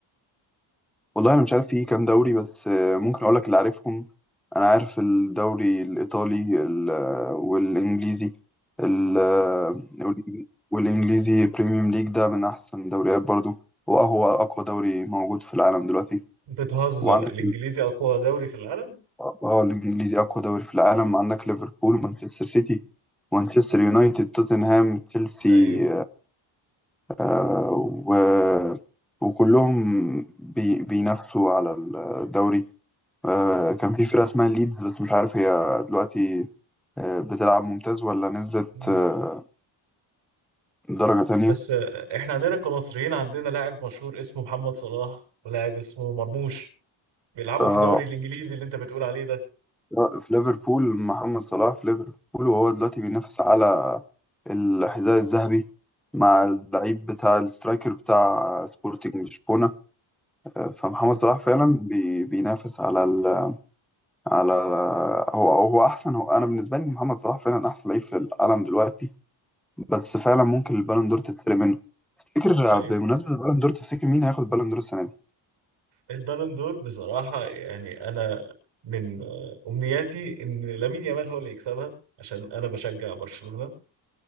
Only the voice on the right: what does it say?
بتهزر
الانجليزي اقوى دوري في العالم
ايوه
مم.
بس آه، احنا عندنا كمصريين عندنا لاعب مشهور اسمه محمد صلاح ولاعب اسمه مرموش بيلعبوا
في الدوري الانجليزي اللي انت بتقول عليه ده
مم.
طيب
البالون دور بصراحة يعني انا من آه، امنياتي ان لامين يامال هو اللي يكسبها عشان انا بشجع برشلونة